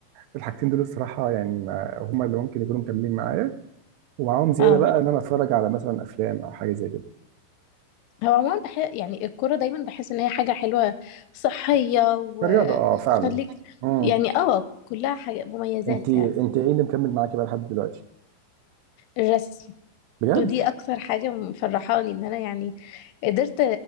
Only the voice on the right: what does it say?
الحاجتين دول الصراحه يعني ما هم اللي ممكن يكونوا مكملين معايا ومعاهم زياده
بقى ان انا اتفرج على مثلا افلام او حاجه زي كده
كرياضه اه فعلا امم
انت انت
ايه اللي مكمل معاكي بقى لحد دلوقتي
بجد؟